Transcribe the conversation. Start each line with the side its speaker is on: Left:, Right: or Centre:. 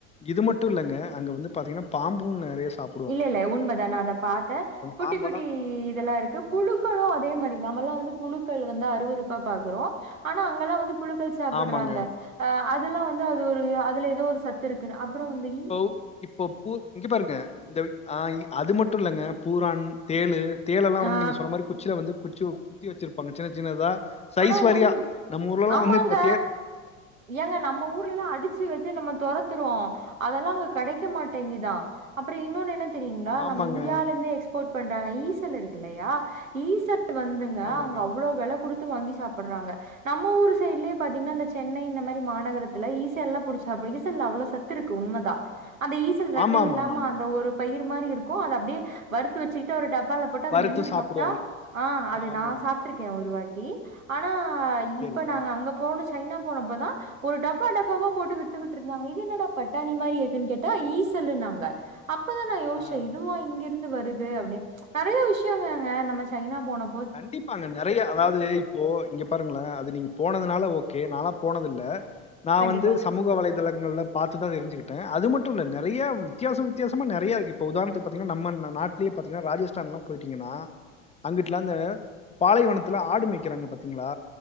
Left: இது மட்டு இல்லங்க அங்க வந்து பாத்தீங்கன்னா பாம்பும் நெறைய சாப்பு
Right: இல்லல்ல உண்மதா நா அத பாத்தே குட்டி
Left: பாம்பெல்லாம்
Right: குட்டி இதெல்லா இருக்கு புழுக்களு அதே மாரி நாம்மல்லா வந்து புழுக்கள் வந்தா அருவறுப்பா பாக்குறோ ஆனா அங்கெல்லா வந்து புழுக்கள் சாப்பட்றாங்க
Left: ஆமாங்க
Right: அ அதெல்லா வந்து அது ஒரு அதுல எதோ ஒரு சத்து இருக்குன்னு அப்புற வந்து
Left: போ இப்போ பூ இங்க பாருங்க இந்த அ அது மட்டு இல்லங்க பூரான் தேளு தேளு எல்லா
Right: ஆ
Left: வந்து நீங்க சொன்ன மாரி குச்சில வந்து குச்சி குத்தி வச்சிருப்பாங்க சின்ன சின்னதா சைஸ்
Right: ஆனா
Left: வாரியா
Right: உண்
Left: நம்ம ஊர்ல எல்லாம்
Right: ஆமாங்க
Left: வந்து இப்ப தேல்
Right: ஏங்க நம்ம ஊர்லல்லா அடிச்சு வச்சு நம்ம தொறத்துறோ அதெல்லா அங்க கெடைக் க மாட்டேங்குதா அப்புற இன்னோன்னு என்ன தெரியீங்களா
Left: ஆமாங்க
Right: நம்ம இந்தியால இருந்து எக்ஸ்ப் போட் பண்றாங்க ஈசல் இருக்குல்லையா ஈசல் வந்துங்க
Left: ஆமாங்க
Right: அங்க அவ்வளோ வெலை குடுத் து வாங்கி சாப்பிடறாங்க நம்ம ஊரு சைட்லயே பாத்தீங்கன்னாந்த சென்னை இந்த மாரி மாநகரத்துல ஈசல் எல்லா புடிச்சாப் ஈசல்ல அவ்ளோ சத் து இருக்கு உண்மைதா அந்த ஈச ல் ரெக்க
Left: ஆமா ஆமா
Right: இல்லாம
Left: ஆமா ஆமா
Right: அந்த ஒரு பயிர் மாரி இருக்கும் அத அப்டியே வறுத்து வச்சுக்கிட்டு ஒரு டப் பால போட்டு அத
Left: வறுத்து
Right: மென்னு
Left: சாப்பிடுவாங்க
Right: சாப்ட்டா ஆ அது
Left: ஆமா
Right: நா
Left: ஆமா
Right: சாப்ட்டுருக்கே ஒரு வாட்டி ஆனா
Left: சரிங்க
Right: இப்ப நாங்க அங்க போன சைனா போனப்பதா ஒரு டப்பா டப்பாவ போட்டு வித்துக்கிட்டு இருந்தாங்க இது என்னடா பட்டாணி மாரி இருக்குன் கேட்டா ஈசல்லுனாங்க அப் பதா நா யோஸ்சே
Left: ஆ
Right: இதுவா இங்கருந்து வருது அப்டின் நறையா விஷயங்கங்க நம்ம சைனா போன
Left: கண்டிப்பாங்க நறைய அதாவது இப்போ இங்க பாருங்களே அது நீங்க போனதுனால ஓகே நாளா போனது இல்ல நா
Right: கண்டிப்பா
Left: வந்து சமூக வலை தளங்கள்ல பார்த்துதா தெரிஞ்சுக்கிட்டே அது மட்டு இல்ல நறையா வித்தியாச வித்தியாசமா நறைய இருக்கு இப்போ உதாரணத்துக்கு பாத்தீங்கனா நம்ம நாட்டு லே பாத்தீங்கனா ராஜஸ்தான்லா போயிட்டீங்கனா <unintelligible> பாலைவனத்தில ஆடு மேய்க்கிறாங்க பாத்தீங்களா